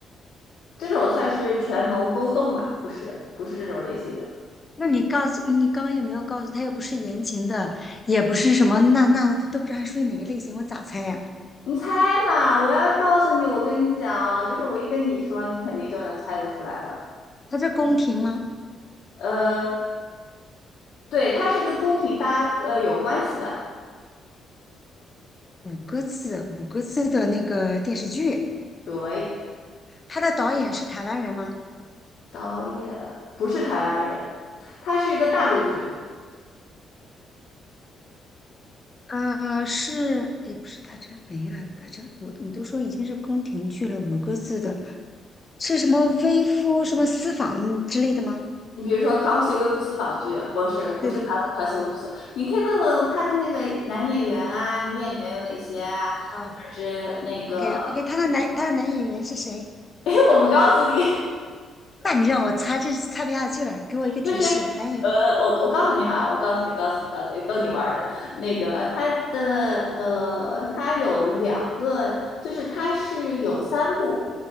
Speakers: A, on the left (about 75°); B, on the left (about 25°).
A: 这种算是权谋勾动吧？不是，不是这种类型的。
B: 那你告诉你刚刚有没有告诉他又不是言情的，也不是什么那那都不知道它属于哪个类型，我咋猜呀？
A: 你猜嘛？我要告诉你，我跟你讲哦，就是我一跟你说，你肯定就能猜得出来了。
B: 他在宫廷吗？
A: 呃，对，他是跟宫廷搭呃有关系的。
B: 五个字，五个字的那个电视剧，
A: 对，
B: 他的导演是台湾人吗？
A: 导演不是台湾人，他是一个大陆剧。
B: 呃，是，也不是大张伟呀，大张，我你都说已经是宫廷剧了，五个字的是什么微夫什么私访之类的吗？
A: 你比如说《康熙微服私访》剧，不是不是康康熙微服私，
B: 对对对，
A: 你可以问问他的那个男演员啊、女演员有哪些啊，
B: 啊
A: 或者是那个，
B: ，OK OK，他的男他的男演员是谁？
A: <laughs> 哎，我不告诉你，
B: 那你让我猜这猜不下去了，给我一个提示，
A: 就是呃，
B: 男演员
A: 我我告诉你哈，我告诉你，我告诉你，告诉你，逗你玩儿的。那个它的呃，它有两个，就是它是有三部，